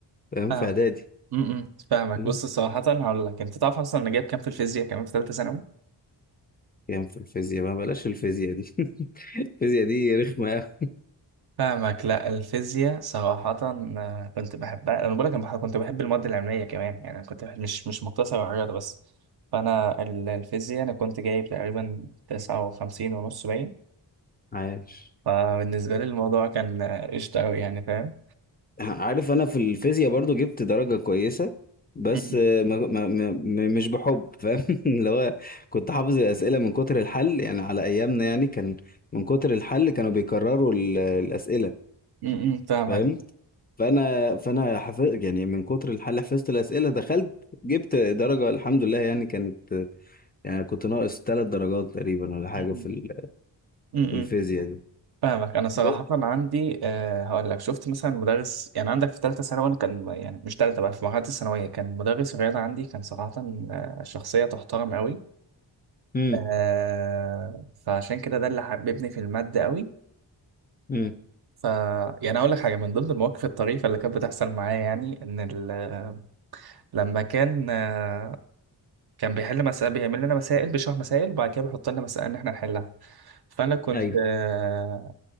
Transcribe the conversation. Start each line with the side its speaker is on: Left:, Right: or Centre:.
Left: فاهم
Right: فاهم
Left: في اعدادي
Right: م- م، فاهمك
Left: أمم.
Right: بص صراحة هقول لك انت تعرف اصلا انا جايب كام في الفيزياء كمان في ثالثة ثانوي؟
Left: يعني في الفيزياء بقى بلاش الفيزياء دي <laughs> الفيزياء دي رخمة قوي
Right: فاهمك لا الفيزياء صراحة آه، كنت بحبها أنا بقول لك أنا بح- كنت بحب المواد العلمية كمان يعني أنا كنت بحب مش مش مقتصر على الرياضة بس فأنا ال- الفيزياء أنا كنت جايب تقريبا تسعة وخمسين ونص باين
Left: عايش
Right: فبالنسبة لي الموضوع كان آه، قشطة أوي يعني فاهم
Left: عارف انا في الفيزياء برضو جبت درجة كويسة بس
Right: م-م.
Left: آه، ما ما ما ما- مش بحب فاهم <laughs> اللي هو كنت حافظ الأسئلة من كتر الحل يعني على أيامنا يعني كان من كتر الحل كانوا بيكرروا ال- الأسئلة
Right: م-م، فاهمك
Left: فاهم فأنا فأنا حفظ يعني من كتر الحل حفظت الأسئلة دخلت جبت درجة الحمد لله يعني كانت يعني كنت ناقص ثلاث درجات تقريبا ولا حاجة
Right: م-م.
Left: في ال-
Right: م-م.
Left: في الفيزياء دي
Right: فاهمك أنا صراحة
Left: بس
Right: عندي أه هقول لك شفت مثلا مدرس يعني عندك في ثالثة ثانوي أنا كان يعني مش ثالثة بقى في مرحلة الثانوية كان مدرس الرياضة عندي كان صراحة آه، شخصية تحترم أوي
Left: امم
Right: آه فعشان كده ده اللي حببني في المادة قوي
Left: امم
Right: ف يعني اقول لك حاجه من ضمن المواقف الطريفه اللي كانت بتحصل معايا يعني ان ال... لما كان آه، كان بيحل مسائل بيعمل لنا مسائل بيشرح مسائل وبعد كده بيحط لنا مسائل ان احنا نحلها فانا كنت
Left: ايوه
Right: آه،